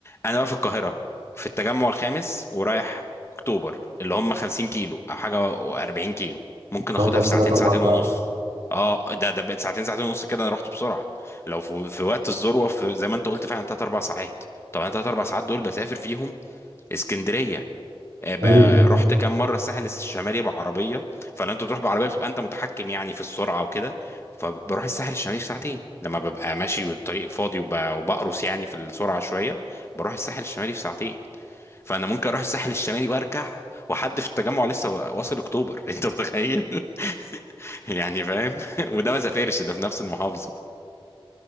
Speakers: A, on the left; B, on the right.
A: انا بقى في القاهره في التجمع الخامس ورايح اكتوبر اللي هم 50 كيلو او حاجه و40 كيلو ممكن اخدها
B: تقعد لك
A: في ساعتين
B: ثلاث اربع
A: ساعتين
B: ساعات
A: ونص اه ده ده بقت ساعتين ساعتين ونص كده انا رحت بسرعه لو في, في وقت الذروه في زي ما انت قلت فعلا 3 4 ساعات طب انا 3 4 ساعات دول بسافر فيهم اسكندريه آه، ب-
B: <laughs> ايوه
A: رحت كام مره الساحل الشمالي بعربيه فلما انت بتروح بعربيه بتبقى انت متحكم يعني في السرعه وكده فبروح الساحل الشمالي في ساعتين لما ببقى ماشي والطريق فاضي وب- وبقرص يعني في السرعه شويه بروح الساحل الشمالي في ساعتين فانا ممكن اروح الساحل الشمالي وارجع وحد في التجمع لسه واصل اكتوبر <laughs> انت متخيل <laughs> يعني فاهم <laughs> وده ما سافرش ده في نفس المحافظه